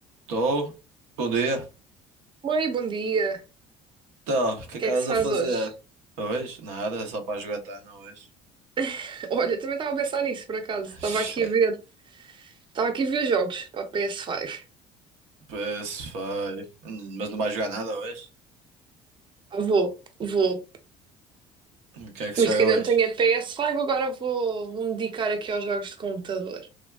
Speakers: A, on the right (about 80°); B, on the right (about 35°).
A: Tô. Bom dia.
B: Oi, bom dia.
A: Então, o que
B: O
A: é
B: que
A: que
B: é
A: andas
B: que se faz
A: a fazer
B: hoje?
A: hoje? Nada, só para jogar Tana hoje.
B: <laughs> Olha, também estava a pensar nisso, por acaso.
A: <laughs>
B: Estava aqui
A: Foi.
B: a ver, estava aqui a ver jogos para a PS5.
A: Pois foi. Mas não vais jogar nada hoje?
B: Vou, vou.
A: O que é que
B: Visto
A: se joga
B: que ainda
A: hoje?
B: não tenho a PS5, agora vou, vou me dedicar aqui aos jogos de computador.